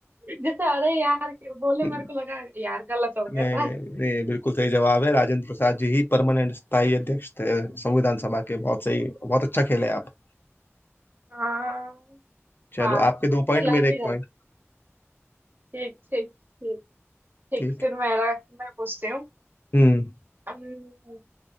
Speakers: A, on the right; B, on the left.
A: जैसे अरे यार के बोले
B: <laughs>
A: मेरे को लगा यार गलत हो गया
B: नहीं
A: शायद
B: नहीं नहीं बिल्कुल सही जवाब है राजेंद्र प्रसाद जी ही परमानेंट स्थायी अध्यक्ष थे संविधान सभा के बहुत सही बहुत अच्छा खेले आप
A: हाँ
B: चलो
A: हाँ
B: आपके
A: मुझे
B: दो पॉइंट
A: लग
B: मेरे
A: ही
B: एक
A: रहा
B: पॉइंट
A: था। ठीक ठीक ठीक ठीक
B: ठीक
A: फिर मेरा मैं पूछती
B: हम्म
A: हूँ